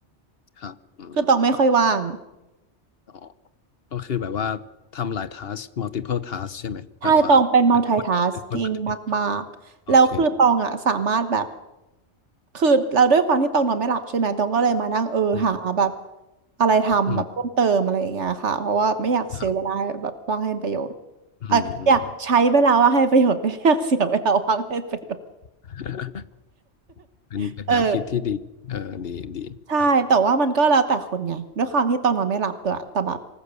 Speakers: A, on the left; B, on the right.
A: ครับอืม
B: คือตองไม่ค่อยว่าง
A: อ๋อก็คือแบบว่าทำหลาย task multiple task ใช่ไหมแบบว่าเป็นคนเป็นคนปฏิบัติ
B: ใช่ตองเป็น multitasking มากๆแล้วคือตองอะสามารถแบบ
A: โอเค
B: คือเราด้วยความที่ตองนอนไม่หลับใช่ไหมตองก็เลยมานั่งเออหาแบบ
A: อืม
B: อะไรทำแบบเพิ่มเติมอะไรอย่างเงี้ยค่ะเพราะว่าไม่อยากเสียเวลาแบบว่างให้เป็นประโยชน์
A: อืมครับอืมอืม
B: เอออยากใช้เวลาว่างให้เป็นประโยชน์ไม่อยากเสียเวลาว่างให้เป็นประโยชน์
A: <laughs> อืมเป็นเป็นแนวคิดที่ดีเออดีดีครับ
B: <laughs> เออ ใช่แต่ว่ามันก็แล้วแต่คนไงด้วยความที่ต้องนอนไม่หลับด้วยแต่แบบ